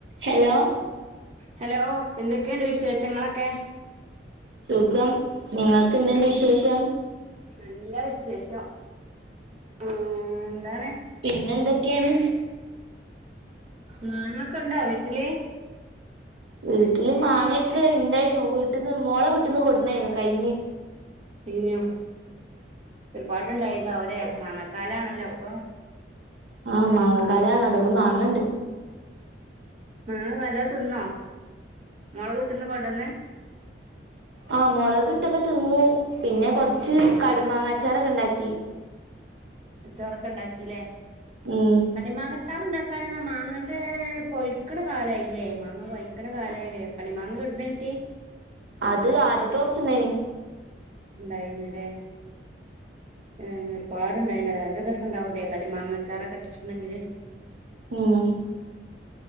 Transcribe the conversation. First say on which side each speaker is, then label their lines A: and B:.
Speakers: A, on the right; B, on the right.
A: Hello
B: hello എന്തൊക്കെയുണ്ട് വിശേഷങ്ങളൊക്കെ
A: സുഖം നിങ്ങൾക്ക് എന്തുണ്ട് വിശേഷം
B: നല്ല വിശേഷം ഉം എന്താണ്
A: പിന്നെ എന്തൊക്കെയാണ്
B: മാങ്ങക്കെ ഇണ്ടാ വീട്ടില്
A: വീട്ടില് മാങ്ങയൊക്കെ ഇണ്ടായിരുന്നു വീട്ട്ന്ന് മോളെ വീട്ടിന്ന് കൊടുന്നായിരുന്നു കയിഞ്ഞ്
B: കയിഞ്ഞോ ഒരുപാട് ഇണ്ടായി ഇണ്ടാവൂല്ലേ മാങ്ങാക്കാലാണല്ലോ ഇപ്പൊ
A: ആഹ് മാങ്ങക്കാലണ് അതുകൊണ്ട് മാങ്ങണ്ട്
B: മാങ്ങ നല്ലോം തിന്നോ മോളെ വീട്ട്ന്ന് കൊണ്ടന്ന്
A: ആഹ് മൊളക് ഇട്ടൊക്കെ തിന്ന് പിന്നെ കൊറച്ച് ച്ച് കടുമാങ്ങാച്ചാറൊക്കെ ഇണ്ടാക്കി
B: ച്ചാറൊക്കെ ഇണ്ടാക്കില്ലേ
A: ഉം
B: കണ്ണിമങ്ങച്ചാർ ഉണ്ടാ കണ മാങ്ങന്റെ പൊഴിക്കണ കാലായില്ലേ മാങ്ങ പൊഴിക്കണ കാലായില്ലേ ക്കണി മാങ്ങ ഏടന്ന് കിട്ടി
A: അത് ആദ്യത്തെ കുറച്ചിണ്ടായിന്
B: ഉണ്ടായിന്നല്ലേ ഏഹ് ഒരുപാടുണ്ടായിണ്ട നല്ല രസണ്ടാവൂലേ കണി മാങ്ങച്ചാറൊക്കെ ഇട്ടിട്ടുണ്ടെങ്കില്
A: ഉം